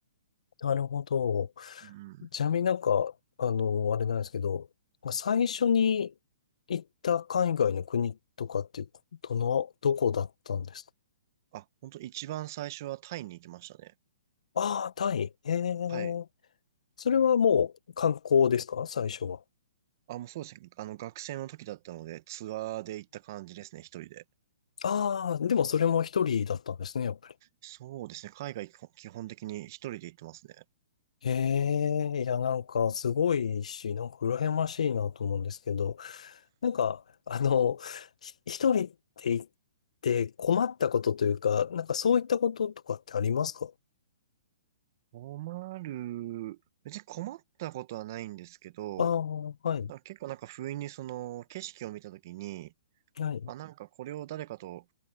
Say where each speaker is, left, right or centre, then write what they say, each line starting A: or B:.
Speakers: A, on the left (about 85°); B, on the right (about 30°).
A: なるほど。
B: うん。
A: ちなみになんか、あの、あれなんですけど、まあ最初に行った海外の国とかって、どの、どこだったんですか
B: あ、本当一番最初はタイに行きましたね。
A: ああ、タイ。ええ。
B: はい。
A: それはもう観光ですか最初は。
B: あ、もうそうですね。あの、学生の時だったので、ツアーで行った感じですね、一人で。
A: ああー、でもそれも一人だったんですね、やっぱり。
B: そうですね。海外基本基本的に一人で行ってますね。
A: ええ、いや、なんか、すごいし、なんか、羨ましいなと思うんですけど、なんか、あの、ひ一人って言って困ったことというか、なんか、そういったこととかってありますか
B: 困る。別に困ったことはないんですけど、
A: ああー、はい、
B: なんか結構なんか不意にその景色を見た時に、
A: はい。
B: あ、なんかこれを誰かと